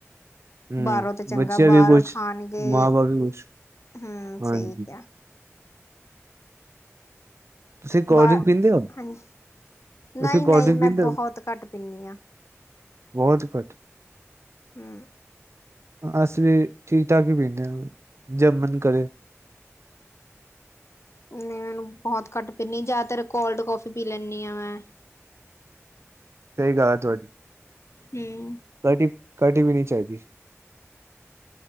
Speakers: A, on the right; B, on the left.
A: ਹਮ
B: ਬਾਹਰੋਂ ਤੌ ਚੰਗਾ
A: ਬੱਚਿਆਂ ਵੀ
B: ਬਾਹਰੋਂ
A: ਕੁਛ
B: ਖਾਣਗੇ।
A: ਮਾਂ ਬਾਪ ਵੀ ਕੁਛ
B: ਹੂੰ
A: ਹਾਂਜੀ
B: ਸਹੀ ਕਿਹਾ।
A: ਤੁਸੀਂ ਕੋਲਡ
B: ਬਾਹਰ
A: ਡ੍ਰਿੰਕ ਪੀਂਦੇ ਹੋ?
B: ਹਾਂਜੀ
A: ਤੁਸੀਂ
B: ਨਹੀਂ
A: ਕੋਲਡ
B: ਨਹੀਂ
A: ਡ੍ਰਿੰਕ
B: ਮੈਂ
A: ਪੀਂਦੇ
B: ਬਹੁਤ
A: ਹੋ?
B: ਘੱਟ ਪੀਨੀ ਆ
A: ਬਹੁਤ ਘੱਟ।
B: ਹੂੰ <inaudible>
A: ਅਸੀ ਵੀ ਠੀਕ ਠਾਕ ਹੀ ਪੀਂਦੇ ਹਾ ਜਬ ਮਨ ਕਰੇ।
B: ਨਹੀ ਮੈਨੂੰ ਬਹੁਤ ਘੱਟ ਪੀਨੀ ਜਿਆਦਾਤਰ ਕੋਲਡ ਕੋੌਫੀ ਪੀ ਲੈਨੀ ਹਾ ਮੈਂ।
A: ਸਹੀ ਗਾ ਹੈ ਤੁਹਾਡ-
B: ਹਮ
A: ਕਡੀ, ਕਡੀ ਵੀ ਨਹੀਂ ਚਾਹੀਦੀ।